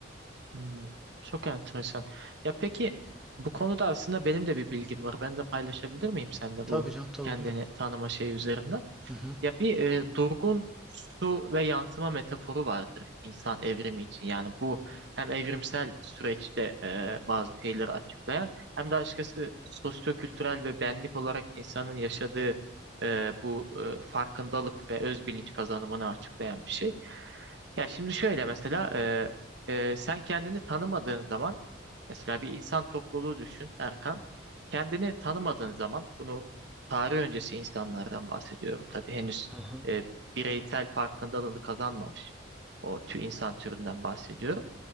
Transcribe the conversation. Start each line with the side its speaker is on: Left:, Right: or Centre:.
Right: Hmm, çok enteresan. Ya peki bu konuda aslında benim de bir bilgim var. Ben de paylaşabilir miyim seninle
Centre: Tabii
Right: bu
Centre: canım tabii
Right: kendini
Centre: buyur.
Right: tanıma şeyi üzerinden?
Centre: Hı hı.
Right: Ya bir e, durgun su ve yansıma metaforu vardır insan evrimi için. Yani bu hem evrimsel süreçte e, bazı şeyleri açıklayan hem de açıkçası sosyokültürel ve benlik olarak insanın yaşadığı e, bu e, farkındalık ve özbilinç kazanımını açıklayan bir şey. Ya şimdi şöyle mesela e, e, sen kendini tanımadığın zaman mesela bir insan topluluğu düşün Erkan. Kendini tanımadığın zaman bunu tarih öncesi insanlardan bahsediyorum. Tabii henüz
Centre: Aha.
Right: e, bireysel farkındalığını kazanmamış o tü insan türünden bahsediyorum.